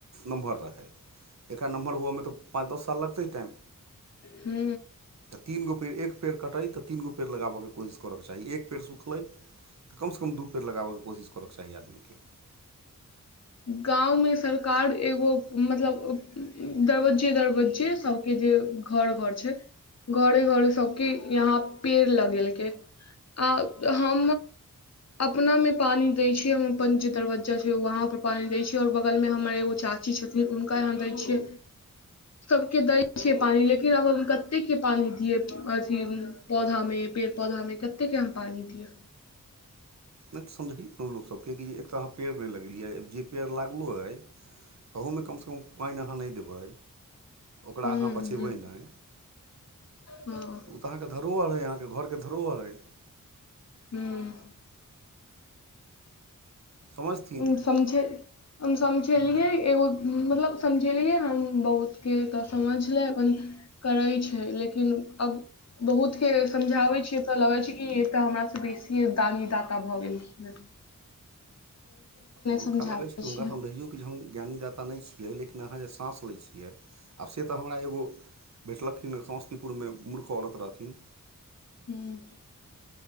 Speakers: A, on the right; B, on the left.
A: नमहर रहै एकरा नमहर हुएमे तऽ पाँच द साल लगतै टाम
B: हू
A: तऽ तीन गो पेड़ एक पेड़ कटै तऽ तीन गो पेड़ लगाबयके कोशिश करयके चाही एक पेड़ सुखलै तऽ कमसँ कम दू पेड़ लगाबैके कोशिश करके चाही आदमीके
B: गाँवमे सरकार एगो मतल दरबज्जे दरबज्जे सबके जे घर घर छ घरे घरे सबके यहा पेड़ लगेलक आ ह अपना मे पानी देय छै हम अपन जे दरवज्जा छै वहं र पानी दै छियै आऔर बगलमे मर एगो चाची छथिन हुनका यहाँ दै छियै सब के दै छिये पानी लेकिन आब कते के पानी दिये अथि पौधा मे पेड पौधा में कते के आम पानी दियिय
A: नहि तऽ समझै ने लोकसभके कि एक तऽ अहाँ पेड़ नहि लगेलियै जे पेड़ लागलहुँ अ तहूमे कमसँ कम पानि अहाँ नहि देबै ओकरा
B: हुं
A: अहाँ बचेबै
B: हुं
A: नह
B: हँ
A: तऽ तऽ अके धो आर अइ अहाँके घर धोहर अइ
B: हूँ
A: समझथिन
B: ह समझ हम समझेलियै एगो मतलब समझेलियै हम बहुतके तऽ समझलै अप करै छै लेकिन अ बहुत के समझावे छीये त लगे छै कि ए त हमरा से बेसीये दानी दाता भए गे हं
A: हुनका
B: समझाबै
A: लगै छै तऽ हुनकाँ
B: छियै
A: हम रहय हम ज्ञानीदाता नहि छियै लेकिन अहाँ जे साँस लै छियै आब से तऽ हमरा एग भेटलखिन समस्तीपुरमे मूर्ख औरत रहथि
B: हूँ